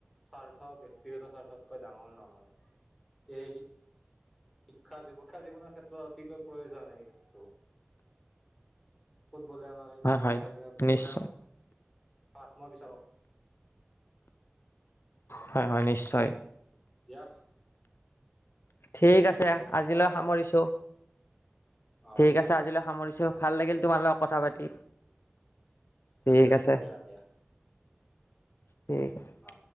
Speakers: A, in the centre; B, on the left.
A: স্বাৰ্থ ব্যক্ত ব্যক্তিগত স্বাৰ্থতকৈ ডাঙৰ নহয়। এই সি শিক্ষা জীৱনৰ ক্ষেত্ৰত অতিকৈ প্ৰয়োজন এইটো। ফুটবলে আমাক এইবিলাক
B: হয় হয়
A: কথা শিকাই, ফুটবলে
B: নিশ্চয়
A: আমাক আত মই বিচাৰো।
B: হয়-হয় নিশ্চয়।
A: দিয়া।
B: ঠিক আছে,
A: বৰষুণ
B: আজিলৈ
A: চাওঁ অলপ
B: সামৰিছো।
A: অ
B: ঠিক
A: দিয়া
B: আছে আজিলৈ সামৰিছো, ভাল লাগিল
A: অ
B: তোমাৰ লগত কথা পাতি। ঠিক আছে।
A: দিয়া দিয়া
B: ঠিক আছে।
A: অ।